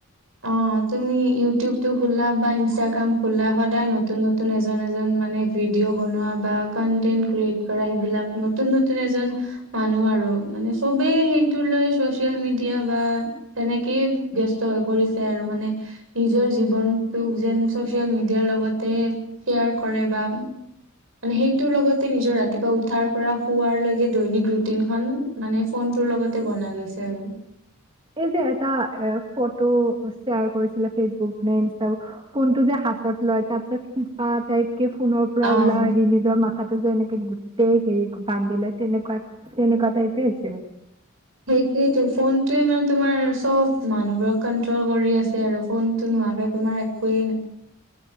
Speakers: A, on the right; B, on the right.
A: অ তুমি ইউ ইউটিউব টো খোলা বা ইষ্টাগ্ৰাম খোলা সদাই নতুন নতুন এজন এজন মানে ভিডিঅ বনুৱা বা কণ্টেণ্ট ক্ৰিয়েট কৰা সেইবিলাক নতুন নতুন এজন মানুহ আৰু মানে চবে সেইটো লৈ চচিয়েল মিডিয়া বা তেনেকেই ব্যস্ত হৈ পৰিছে আৰু মানে নিজৰ জীৱনটোক যেন চচিয়েল মিডিয়াৰ লগতে শ্বেয়াৰ কৰে বা মানে সেইটোৰ লগতে নিজৰ ৰাতিপুৱা উঠাৰ পৰা শুৱাৰ লৈকে দৈনিক ৰুটিন খম মানে ফোনটোৰ লগতে বনাই লৈছে আৰু ।
B: এই যে এটা এ ফটো শ্বেয়াৰ কৰিছিলে ফেচবুক নে ইনষ্ট ফোনটো যে হাতত লয় তাৰপিছত শিপা টাইপ কে ফোনৰ পৰা
A: অ
B: ওলাই আহি নিজৰ মাথাটো যে এনেকে । গোটেই হেৰি বান্ধি লে তেনেকুৱা তেনেকুৱা টাইপে হৈছিল ।
A: হেইটোৱেটো ফোনটোৱে মানে তোমাৰ <inaudible> <unintelligible> কন্ট্ৰল কৰি আছে আৰু ফোনটো নোহোৱাকে তোমাৰ একোৱেই নাই ।